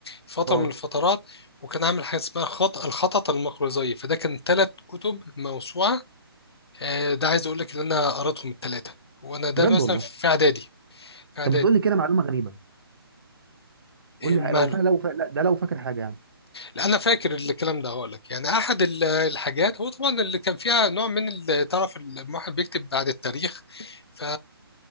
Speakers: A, on the left; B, on the right.
A: فتره
B: اه
A: من الفترات وكان عامل حاجه اسمها خط الخطط المقريزيه فده كان ثلاث كتب موسوعه آه، ده عايز اقول لك ان انا قريتهم الثلاثه وانا ده
B: بجد
A: مثلا
B: والله
A: في اعدادي في اعدادي
B: طب بتقول لي كده معلومه غريبه
A: إيه
B: قول لي
A: ماله
B: لو فا... لو فا... لا ده لو فاكر حاجه يعني
A: لا انا فاكر الكلام ده هقول لك يعني احد ال- الحاجات هو طبعا اللي كان فيها نوع من ال- تعرف الواحد بيكتب بعد التاريخ ف